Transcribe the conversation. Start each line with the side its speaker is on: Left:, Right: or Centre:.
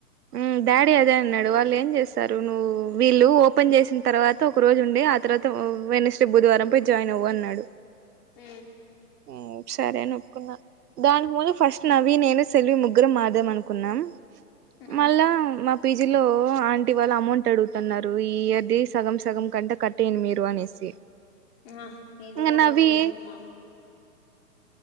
Right: ఉ డాడీ అదే అన్నడు. వాళ్లేం చేస్తరు నువ్ వీళ్ళు ఓపెన్ చేసిన్ తర్వా త ఒక రోజు ఉండి ఆ తర్వాత ఆ వెనస్డే బుధవారం పోయి జాయిన్ అవ్వు అన్నాడు.
Left: ఉ
Right: ఉ సరే అని ఒప్పుకున్నా. దానికి ముందు ఫస్ట్ నవి నేను సెల్వి ముగ్గురం మాట్ దమ్ అనుకున్నాం
Left: ఉమ్
Right: మళ్ళా మ పీజి లో ఆంటీ వాళ్ళు అమౌంట్ అడుగుతన్నారు, ఈ ఇయర్ది సగం సగం కంటే కట్టేయండి మీరు అనేసి.
Left: ఉమ ఇది
Right: ఇంగ
Left: కూడ
Right: నవి
Left: ఓ రీసన్ మా